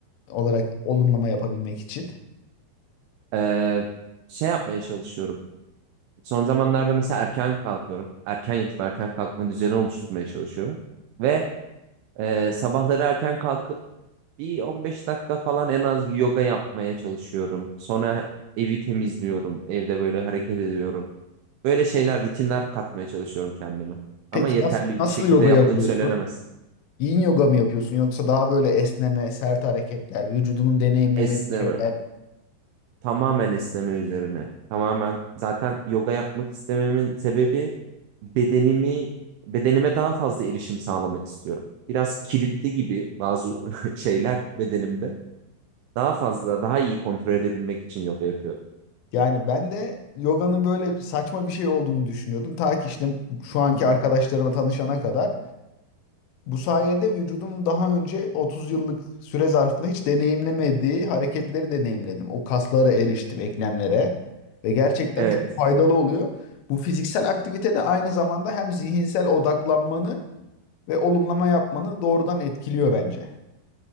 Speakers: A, on the left; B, on the right.
A: olarak olumlama yapabilmek için.
B: Ee, şey yapmaya çalışıyorum. Son zamanlarda mesela erken kalkıyorum. Erken yatıp erken kalkma düzeni oluşturmaya çalışıyorum. Ve e, sabahları erken kalkıp bir 15 dakika falan en az bir yoga yapmaya çalışıyorum. Sonra evi temizliyorum. Evde böyle hareket ediyorum. Böyle şeyler, rutinler katmaya çalışıyorum kendime.
A: Peki
B: Ama yeterli
A: nasıl, nasıl
B: bir şekilde
A: yoga
B: yaptığım
A: yapıyorsun?
B: söylenemez.
A: Yin yoga mı yapıyorsun yoksa daha böyle esneme, sert hareketler, vücudunun deneyimlemediği
B: Esneme,
A: şeyler?
B: Tamamen esneme üzerine. Tamamen zaten yoga yapmak istememin sebebi bedenimi bedenime daha fazla erişim sağlamak istiyorum. Biraz kilitli gibi bazı <laughs> şeyler bedenimde. Daha fazla, daha iyi kontrol edebilmek için yoga yapıyorum.
A: Yani ben de yoganın böyle saçma bir şey olduğunu düşünüyordum. Ta ki işte şu anki
B: Hı hı.
A: arkadaşlarıma tanışana kadar. Bu sayede vücudumun daha önce 30 yıllık süre zarfında hiç deneyimlemediği hareketleri deneyimledim. O kaslara eriştim, eklemlere ve gerçekten
B: Evet.
A: çok faydalı oluyor. Bu fiziksel aktivite de aynı zamanda hem zihinsel odaklanmanı ve olumlama yapmanı doğrudan etkiliyor bence.